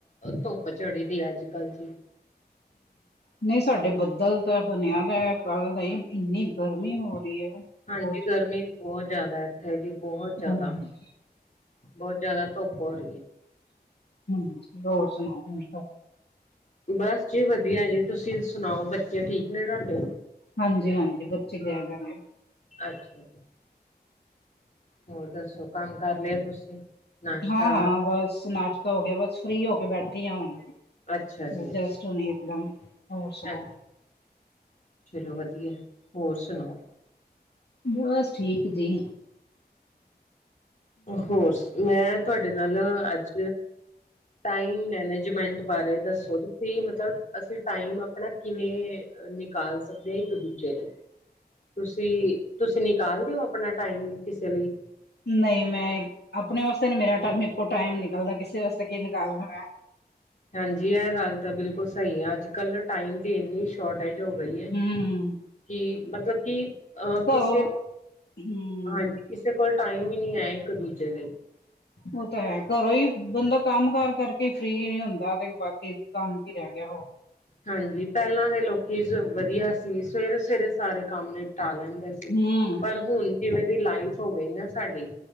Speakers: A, on the left; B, on the left.
A: ਧੁੱਪ ਚੜੀ ਦੀ ਹੈ, ਅੱਜ- ਕੱਲ, ਜੀ
B: ਨਹੀਂ, ਸਾਡੇ ਬੱਦਲ ਤਾਂ ਬਣਿਆ ਦਾ, ਕੱਲ ਦਾ ਹੀ ਇੰਨੀ ਗਰਮੀ ਹੋ ਰਹੀ ਹੈ,
A: ਹਾਂਜੀ
B: ਬਹੁਤ ਜਿਆਦਾ।
A: ਗਰਮੀ ਬਹੁਤ ਜ਼ਿਆਦਾ, ਇੱਥੇ ਵੀ ਬਹੁਤ ਜਿਆਦਾ,
B: ਹਾਂਜੀ
A: ਬਹੁਤ ਜਿਆਦਾ, ਧੁੱਪ ਹੋ ਰਹੀ ਹੈ।
B: ਹਾਂਜੀ, ਹੋਰ ਸੁਣਾਓ, ਠੀਕ ਠਾਕ।
A: ਬੱਸ ਜੀ ਵਧੀਆ ਜੀ ਤੁਸੀਂ ਸੁਣਾਓ, ਬੱਚੇ ਠੀਕ ਨੇ ਤੁਹਾਡੇ?
B: ਹਾਂਜੀ -ਹਾਂਜੀ, ਬੱਚੇ ਗਏ ਦੇ ਨੇ।
A: ਅੱਛਾ ਜੀ, ਹੋਰ ਦੱਸੋ, ਕੰਮ ਕਰ ਲਿਆ ਤੁਸੀਂ? ਨਾਸ਼ਤਾ
B: ਹਾਂ- ਹਾਂ ਬਸ, ਨਾਸ਼ਤਾ ਹੋ ਗਿਆ, ਬਸ ਫ੍ਰੀ ਹੋ ਕੇ ਬੈਠੀ ਹਾਂ, ਹੁਣ।
A: ਅੱਛਾ ਜੀ ਅੱਛਾ
B: ਜਸਟ ਹੁਣੀ ਇੱਕ ਦਮ, ਹੋਰ ਸੁਣਾਓ?
A: ਹਾਂਜੀ ਚਲੋ ਵਧੀਆ, ਹੋਰ ਸੁਣਾਓ?
B: ਬਸ, ਠੀਕ ਜੀ।
A: ਹੋਰ ਸੁਣਾਓ, ਮੈਂ ਤੁਹਾਡੇ ਨਾਲ, ਅੱਜ ਟਾਈਮ ਮੈਨੇਜਮੈਂਟ ਬਾਰੇ ਦੱਸੋ ਜੀ। ਫ੍ਰੀ ਮਤਲਬ, ਅਸੀਂ ਟਾਈਮ ਅਪਣਾ ਕਿਵੇਂ ਨਿਕਾਲ ਸਕਦੇ ਆ ਇੱਕ ਦੂਜੇ ਲਈ? ਤੁਸੀਂ, ਤੁਸੀਂ ਨਿਕਾਲ ਦੇ ਔ, ਅਪਣਾ ਟਾਈਮ ਕਿਸੇ ਲਈ?
B: ਨਈ ਮੈਂ, ਆਪਣੇ ਵਾਸਤੇ ਨੀ ਮੇਰਾ ਟ ਮੇਰੇ ਕੋਲ ਟਾਈਮ ਨਿਕਲਦਾ, ਕਿਸੇ ਵਾਸਤੇ ਕੀ ਨਿਕਾਲਨਾ ਮੈਂ।
A: ਹਾਂਜੀ ਏਹ ਗੱਲ ਤਾਂ ਬਿਲਕੁਲ ਸਈ ਏ, ਅੱਜ ਕੱਲ ਟਾਈਮ ਦੀ ਏਨੀ ਸ਼ੋ ਸ਼ੋਰਟੇਜ ਹੋ ਗਈ ਏ,
B: ਹੂੰ
A: ਕੀ?
B: ਹੂੰ
A: ਮਤਲਬ ਕੀ ਅਹ ਕਿਸੇ,
B: ਘਰੋਂ ਹੂੰ
A: ਹਾਂਜੀ, ਕਿਸੇ ਕੋਲ ਟਾਈਮ ਈ ਨਈ ਹੈ ਇੱਕ ਦੂਜੇ ਲਈ।
B: ਔਹ ਤੇ ਹੈ, ਘਰੋਂ ਈ ਬੰਦਾ ਕੰਮ ਕਾਰ ਕਰਕੇ ਫਰੀ ਨਈ ਹੁੰਦਾ, ਤੇ ਬਾਕੀ ਕੰਮ ਕੀ ਰੇਹ ਗਿਆ ਹੋਰ?
A: ਹਾਂਜੀ, ਪੈਲਾਂ ਦੇ ਲੋਕੀ ਵਦੀਆ ਸੀ, ਸਵੇਰੇ-ਸਵੇਰੇ ਸਾਰੇ ਕੰਮ ਨਿਪਟਾ ਲੈਂਦੇ ਸੀ,
B: ਹੂੰ
A: ਪਰ ਹੁਣ ਜਿਵੇਂ ਦੀ ਲਾਈਫ ਹੋ ਗਈ ਨਾ ਸਾਡੀ,